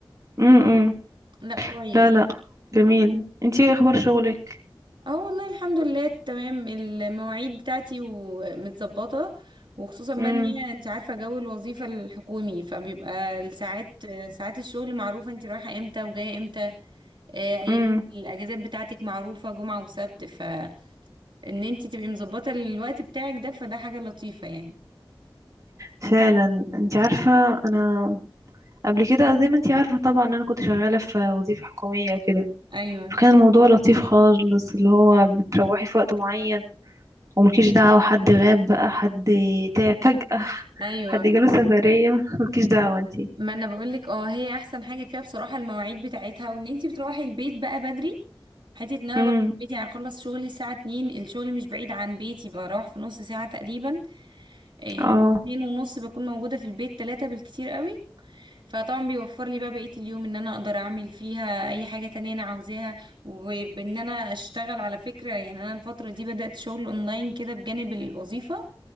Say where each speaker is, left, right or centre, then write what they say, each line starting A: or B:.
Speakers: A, on the right; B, on the right.
A: امم
B: لا كويس
A: لا لا جميل انتي ايه اخبار شغلك
B: اه والله الحمد لله تمام المواعيد بتاعتي ومتظبطة وخصوصا
A: امم
B: بقى ان هي انت عارفة جو الوظيفة الحكومي فبيبقى الساعات ساعات الشغل معروفة انت رايحة امتى وجاية امتى آه، ايام
A: امم
B: الاجازات بتاعتك معروفة جمعة وسبت فان انت تبقي مظبطة الوقت بتاعك ده فده حاجة لطيفة يعني
A: فعلا انتي عارفة انا قبل كده زي ما انتي عارفة طبعا ان انا كنت شغالة في وظيفة حكومية وكده
B: ايوه
A: فكان الموضوع لطيف خالص اللي هو بتروحي في وقت معين وملكيش دعوة حد غاب بقى حد تعب فجأة
B: ايوه
A: حد جاله سفرية <laughs> ملكيش دعوة انتي
B: ما انا بقولك اه هي احسن حاجه فيها بصراحه المواعيد بتاعتها وان انتي بتروحي البيت بقى بدري حته ان انا
A: امم
B: بروح بيتي يعني اخلص شغلي الساعه 2 الشغل مش بعيد عن بيتي بروح في نص ساعه تقريبا إيه،
A: اه
B: يعني اتنين ونص بكون موجوده في البيت تلاتة بالكتير قوي فطبعا بيوفر لي بقى بقيه اليوم ان انا اقدر اعمل فيها اي حاجه تانية انا عاوزاها وبان انا اشتغل على فكره يعني انا الفتره دي بدات شغل اونلاين كده بجانب الوظيفه